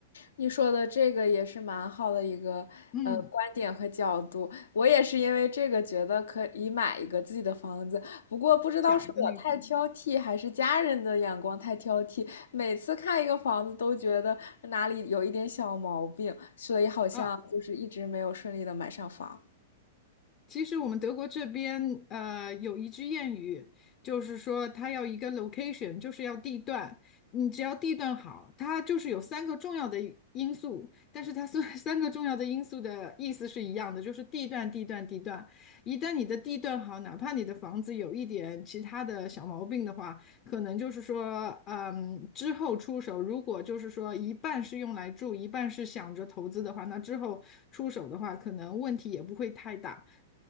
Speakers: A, on the left (about 80°); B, on the left (about 35°).
A: 你说的这个也是蛮好的一个呃观点和角度，
B: 嗯，
A: 我也是因为这个觉得可以买一个自己的房子，不过不知道是我太挑剔，
B: 小的那种
A: 还是家人的眼光太挑剔，每次看一个房子都觉得哪里有一点小毛病，所以好像就是一直没有顺利的买上房。
B: 啊。其实我们德国这边，呃，有一句谚语，就是说它要一个 location，就是要地段。你只要地段好，它就是有三个重要的因素，但是它虽然 <laughs> 三个重要的因素的意思是一样的，就是地段、地段、地段。一旦你的地段好，哪怕你的房子有一点其他的小毛病的话，可能就是说，嗯，之后出手，如果就是说一半是用来住，一半是想着投资的话，那之后出手的话，可能问题也不会太大。